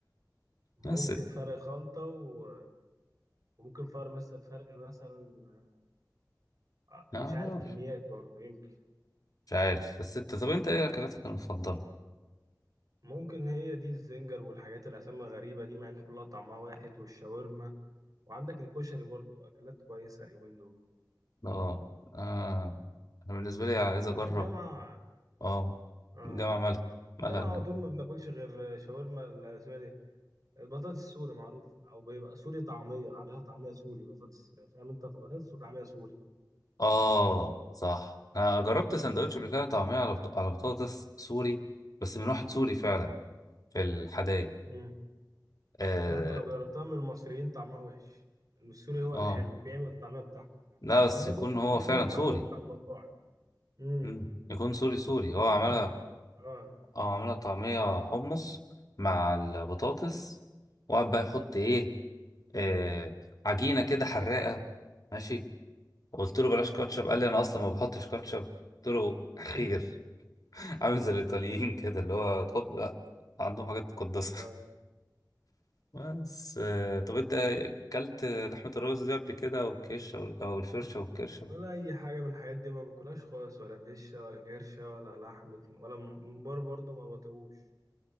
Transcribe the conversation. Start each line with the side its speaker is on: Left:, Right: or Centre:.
Right: ممكن
Left: بس اه
Right: فرق خلطة و... وممكن فرق مثلا فرق مثلا آه،
Left: آه،
Right: مش عارف كميات برضه يمكن
Left: مش عارف بس انت طب انت ايه اكلاتك المفضله
Right: ممكن هي دي الزنجر والحاجات الأسامي الغريبة دي مع إن كلها طعمها واحد والشاورما وعندك الكشري برضو أكلات كويسة اليومين دول
Left: اه اه انا بالنسبه لي عايز
Right: وفي
Left: اجرب
Right: الجامعة
Left: اه
Right: آه
Left: الجامعه مالها
Right: في
Left: مالها
Right: الجامعة
Left: الجامعه
Right: على طول ما بناكلش غير شاورما ال- اسمها إيه دي البطاطس السوري معروفة أو بيبقى سوري طعمية عليها طعمية سوري بطاطس فاهم أنت بطاطس وطعمية سوري
Left: اه صح انا جربت سندوتش قبل كده طعميه على بط... على بطاطس سوري بس من واحد سوري فعلا في الحدايق
Right: مم.
Left: اه
Right: لا أنت لو جربتها من المصريين طعمها وحش السوري هو
Left: اه
Right: اللي حلو بيعمل الطعمية بتاعته فعلا
Left: لا بس
Right: إنما
Left: يكون
Right: ده تحسه
Left: هو
Right: بيعمل
Left: فعلا
Right: الطعمية
Left: سوري
Right: بتاع المطاعم امم
Left: مم. يكون سوري سوري هو عملها
Right: هما آه
Left: اه عملها طعميه حمص مع البطاطس وقعد بقى يحط ايه آه عجينه كده حراقه ماشي قلت له بلاش كاتشب قال لي انا اصلا ما بحطش كاتشب قلت له خير
Right: <laughs>
Left: <laughs> عامل زي الايطاليين كده اللي هو تحط لا عندهم حاجات مقدسه
Right: اه
Left: <laughs> بس آه طب انت اكلت لحمه الرز دي قبل كده او الكشه او أو الفرشه
Right: بال-
Left: والكرشه
Right: ولا اي حاجه من الحاجات دي ما باكلهاش خالص ولا فشه ولا كرشه ولا لحمه ولا ممبار برضو ما بطيقوش